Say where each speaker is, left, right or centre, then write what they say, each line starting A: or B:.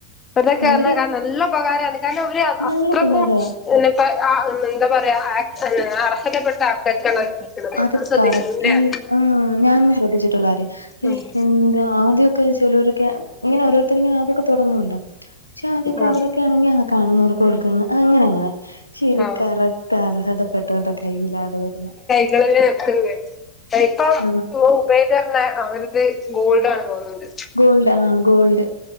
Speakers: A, on the left; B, on the left.
A: ഇവരൊക്കെ
B: അവര്
A: ന്ന കാരണം നല്ല ഉപകാരം ആണ് കാരണം വര്
B: നല്ല
A: അത്രക്കും
B: ഉപകാരവാ
A: പിന്നെപ്പ ആഎന്താ പറയാ അർഹതപ്പെട്ട ആൾക്കാർക്കാണ് എത്തിക്കണത്
B: അത്
A: ശ്രദ്ധിച്ചിട്ടുണ്ടല്ലേ
B: കറക്ട് ഈ ആ ഞാനും ശ്രദ്ധിച്ചിട്ടുള്ള കാര്യ ഇഎന്താ
A: ഉം
B: ആദ്യക്കെ ചെലോരൊക്കെ ഇങ്ങനെ ഓരോരുത്തർ ഇങ്ങനെ ആദ്യ തൊടങ്ങുന്നുണ്ടോ ക്ഷെ ആദ്യഓകെ
A: ഉം
B: അവരൊക്കെ ആണെങ്കിൽ ആ കാണുന്നവർക്ക് കൊടുക്കുന്നു അങ്ങനെ അങ്ങനെ ശരി.
A: ആഹ്
B: കറക്റ്റ് ണ് അർഹതപ്പെട്ടവരുടെ കയ്യിലാത് വരുന്ന
A: നിങ്ങളല്ലേ വെക്കുന്ന ഇപ്പം
B: ആ
A: ഊ പേതരണ് ന്നെഅവരത് ഗോൾഡ ആണ് തോന്നണ്ട്
B: ഗോൾഡ് ആ ഗോൾഡ്